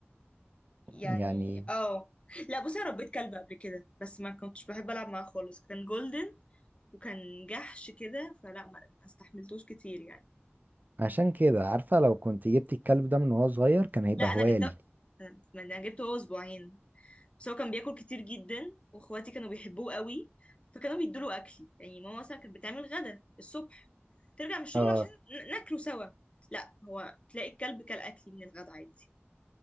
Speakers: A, on the left; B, on the right.
A: يعني
B: يعني
A: اه لا بصي انا ربيت كلب قبل كده بس ما كنتش بحب العب معاه خالص كان جولدن وكان جحش كده فلا ما, ما استحملتوش كتير يعني
B: عشان كده عارفة لو كنت جبت الكلب ده من وهو صغير كان هيبقى
A: لا انا
B: هواية
A: جبته
B: ليك
A: ما انا جبته هو اسبوعين بس هو كان بياكل كتير جدا واخواتي كانوا بيحبوه قوي فكانوا بيدوله اكلي يعني ماما مثلا كانت بتعمل غدا الصبح ترجع من الشغل
B: اه
A: عشان ن- ناكله سوا لا هو تلاقي الكلب كل اكلي من الغدا عادي